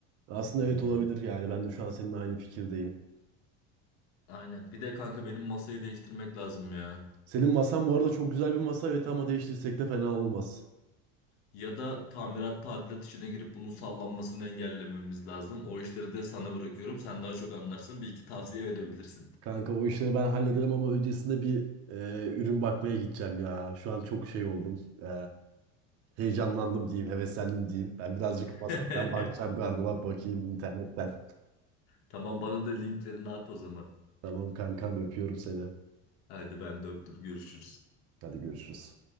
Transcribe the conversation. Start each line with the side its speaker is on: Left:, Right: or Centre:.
Right: Aslında
Left: Hı hı.
Right: evet olabilir yani. Ben de şu an seninle aynı fikirdeyim.
Left: Aynen. Bir de kanka benim masayı değiştirmek lazım ya.
Right: Senin masan bu arada çok güzel bir masa evet ama değiştirsek de fena olmaz.
Left: Ya da tamirat tadilat işine girip bunun sallanmasını engellememiz lazım. O işleri de sana bırakıyorum. Sen daha çok anlarsın. Bir iki tavsiye verebilirsin.
Right: Kanka o işleri ben hallederim ama öncesinde bir e, ürün bakmaya gideceğim ya. Şu an çok şey oldum. E, heyecanlandım diyeyim, heveslendim diyeyim. Ben birazcık masa
Left: <laughs>
Right: falan bakacağım, gardırop bakayım internetten.
Left: Tamam bana da linklerini at o zaman.
Right: Tamam kankam öpüyorum seni.
Left: Hadi ben de öptüm. Görüşürüz.
Right: Hadi görüşürüz.